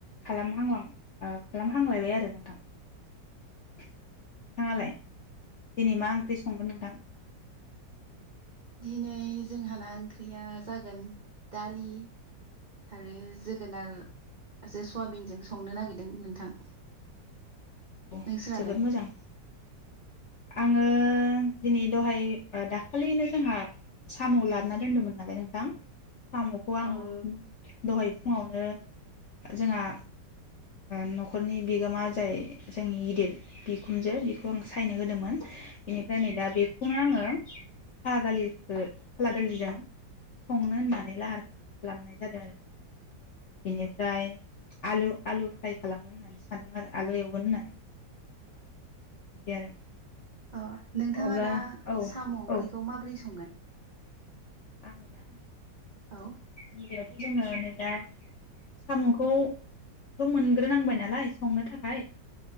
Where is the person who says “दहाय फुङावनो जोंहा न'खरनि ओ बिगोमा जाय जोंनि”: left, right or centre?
Left